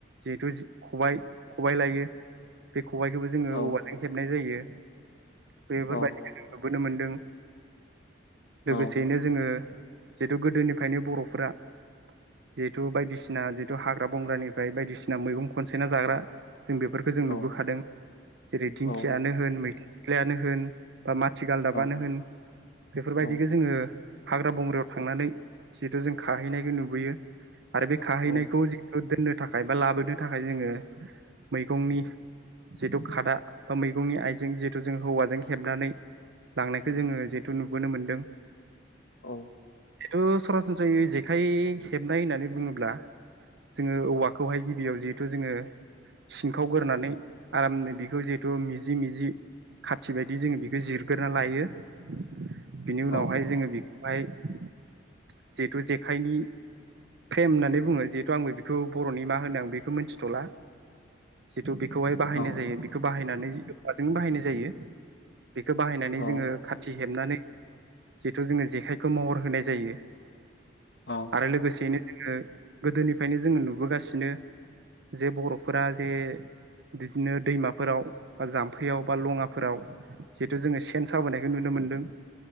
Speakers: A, on the right; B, on the left.
A: जिहेथु खबाइ खबाइ लायो बे खबाइखौबो जोङो
B: औ
A: औवाजों हेबनाय जायो। बेफोरबायदिखो
B: औ
A: जों नुबोनो मोन्दों
B: औ
A: लोगोसेयैनो जोङो जिहेथु गोदोनिफ्रायनो बरफोरा जिहेथु बायदिसिना जिथु हाग्रा बंग्रानिफ्राय बायदिसिना मैगं खनसायना जाग्रा जों बेफोरखौ जों
B: औ
A: नुबोखादों। जेरै दिंखियानो
B: औ
A: होन मैथा सिख्लायानो होन बा माथि गालदाबानो
B: औ
A: होन बेफोरबायदिखौ
B: औ
A: जोङो हाग्रा बंग्रायाव थांनानै जिहेथु जों खाहैनायखौ नुबोयो। आरो बे खाहैनायखौ
B: औ
A: जिहेथु दोन्नो थाखाय बा लाबोनो थाखाय जोङो मैगंनि जिथु खादा बा मैगंनि आइजें जिथु जों हौवाजों हेबनानै लांनायखौ जोङो थ नुबोनो मोन्दों
B: औ।
A: जिथु सरासनस्रायै जेखाइ हेबनाय होन्नानै बुङोब्ला जोङो औवाखौहाय गिबियाव जिहेथु जोङो सिनखावगोरनानै आरामनो बेखौ जिहेथु मिजि मिजि खाथि बायदि जोङो बेखौ जिरगोरना लायो। बिनि उनावहाय
B: औ
A: जोङो बि माय जिहेथु जेखाइनि फ्रेम होन्नानै बुङो जिहेथु आंबो बेखौ बर'नि मा होनो आं बेखौ मिथिथला थ बेखौहाय बाहायनाय
B: औ
A: जायो बेखौ बाहायनानै माजों बाहायनाय जायो बेखौ बाहायनानै
B: औ
A: जोङो खाथि हेबनानै जिथु जोङो जेखायखौ महर होनाय जायो।
B: औ
A: आरो लोगोसेनो जोङो गोदोनिफ्रायनो जोङो नुबोगासिनो जे बर'फोरा जे बिदिनो दैमाफोराव बा जाम्फैयाव बा लङाफोराव जिहेतु जोङो सेन साबोनाय नुनो मोन्दों।